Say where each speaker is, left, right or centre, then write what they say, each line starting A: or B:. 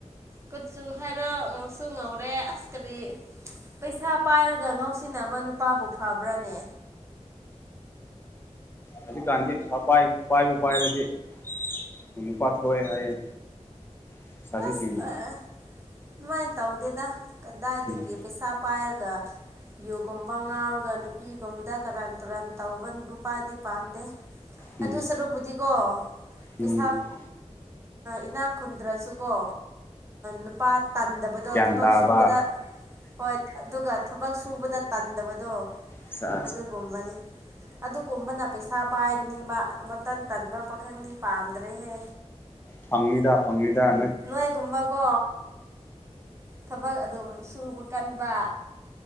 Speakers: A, on the right; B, on the left.
A: ꯀꯨꯆꯨ ꯍꯥꯏꯔꯣ ꯉꯧꯁꯨ ꯉꯧꯔꯦ ꯑꯁ ꯀꯔꯤ ꯄꯩꯁꯥ ꯄꯥꯏꯔꯒ ꯉꯧꯁꯤꯟꯅꯕ ꯅꯨꯄꯥꯕꯨ ꯐꯕ꯭ꯔꯥꯅꯦ
B: ꯍꯧꯖꯤꯛꯀꯥꯟꯗꯤ ꯄꯥꯏꯕꯨ ꯄꯥꯏꯔꯗꯤ ꯑꯗꯨꯝ ꯄꯥꯊꯣꯛꯑꯦ ꯍꯥꯏꯌꯦ ꯂꯩꯁꯥꯕꯤꯁꯤꯡꯅ
A: ꯑꯁ ꯑꯗꯨꯃꯥꯏꯅ ꯇꯧꯗꯦꯗ ꯀꯗꯥꯏꯗꯒꯤ
B: ꯎꯝ
A: ꯄꯩꯁꯥ ꯄꯥꯏꯔꯒ ꯌꯨꯒꯨꯝꯕ ꯉꯥꯎꯔꯒ ꯅꯨꯄꯤꯒꯨꯝꯕꯗ ꯀꯔꯥꯟ ꯇꯨꯔꯥꯟ ꯇꯧꯕ ꯅꯨꯄꯥꯗꯤ ꯄꯥꯝꯗꯦ
B: ꯎꯝ
A: ꯑꯗꯨ ꯁꯔꯨꯛꯄꯨꯗꯤꯀꯣ ꯄꯩꯁꯥ
B: ꯎꯝ
A: ꯏꯅꯥꯛ ꯈꯨꯟꯗ꯭ꯔꯁꯨ ꯀꯣ ꯅꯨꯄꯥ ꯇꯥꯟꯗꯕꯗꯣ
B: ꯒ꯭ꯌꯥꯟ
A: ꯊꯕꯛ
B: ꯇꯥꯕ
A: ꯁꯨꯕꯗ ꯍꯣꯏ ꯑꯗꯨꯒ ꯊꯕꯛ ꯁꯨꯕꯗ ꯇꯟꯗꯕꯗꯣ
B: ꯁꯦꯁ
A: ꯑꯗꯨꯒꯨꯝꯕꯅꯤ ꯑꯗꯨꯒꯨꯝꯕꯅ ꯄꯩꯁꯥ ꯄꯥꯏꯒꯅꯤꯕ ꯃꯇꯟ ꯇꯟꯕ ꯄꯥꯈꯪꯗꯤ ꯄꯥꯝꯗ꯭ꯔꯦꯍꯦ
B: ꯐꯥꯡꯂꯤꯗꯥ ꯐꯪꯂꯤꯗꯥ ꯅ‌ꯣꯏ
A: ꯅꯣꯏ ꯀꯨꯝꯕꯀꯣ ꯊꯕꯛ ꯑꯗꯨꯝ ꯁꯨꯕ ꯀꯟꯕ